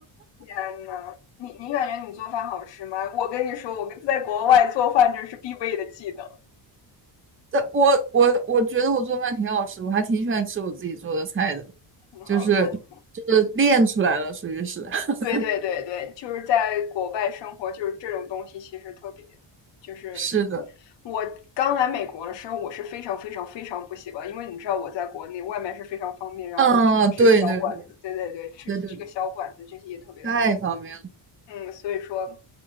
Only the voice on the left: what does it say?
天呐，你你感觉你做饭好吃吗？我跟你说，我跟在国外做饭这是必备的技能，
挺好的，
那就
对对对对，就是在国外生活，就是这种东西其实特别，就是
我刚来美国的时候，我是非常非常非常不习惯，因为你知道我在国内外卖是非常方便，然后去吃个小馆子，
对对对，吃吃个小馆子这些也特别的方便，
嗯，所以说。